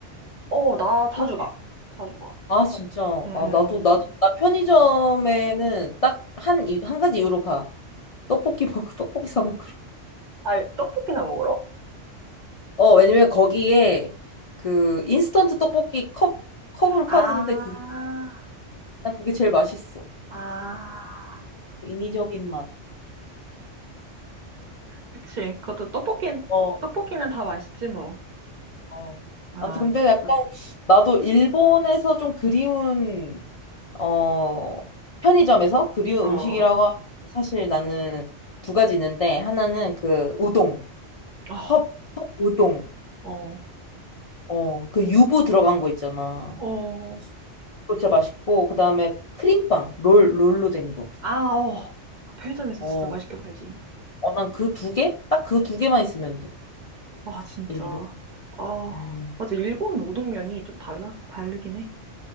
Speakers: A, on the right; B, on the left.
A: 어, 나 자주
B: 그치?
A: 가. 자주 가.
B: 아, 진짜.
A: 응, 응,
B: 아, 나도,
A: 응.
B: 나도, 나 편의점에는 딱 한, 이- 한 가지 이유로 가. 떡볶이 먹고, <laughs> 떡볶이 사 먹고.
A: 아, 떡볶이나 먹으러?
B: 어, 왜냐면 거기에 그 인스턴트 떡볶이 컵, 컵으로
A: 아,
B: 파는데 그게, 난 그게 제일 맛있어.
A: 아.
B: 인위적인 맛.
A: 그치. 그것도 떡볶이,
B: 어,
A: 떡볶이는 다 맛있지, 뭐.
B: 어.
A: 아,
B: 아무튼 근데 약간 나도 일본에서 좀 그리운, 어, 편의점에서 그리운
A: 어, 어,
B: 음식이라고 하면 사실 나는 두 가지 있는데 하나는 그 우동,
A: 어,
B: 컵, 컵 우동.
A: 어,
B: 어, 그 유부 들어간 거 있잖아.
A: 어.
B: 그거 진짜 맛있고, 그 다음에 크림빵, 롤, 롤로 된 거.
A: 아, 어. 그 편의점에서
B: 어,
A: 진짜 맛있게 팔지.
B: 어, 난 그 두 개? 딱 그 두 개만 있으면 돼.
A: 와, 진짜.
B: 일본.
A: 아,
B: 음.
A: 맞아. 일본 우동면이 좀 달라. 다르긴 해.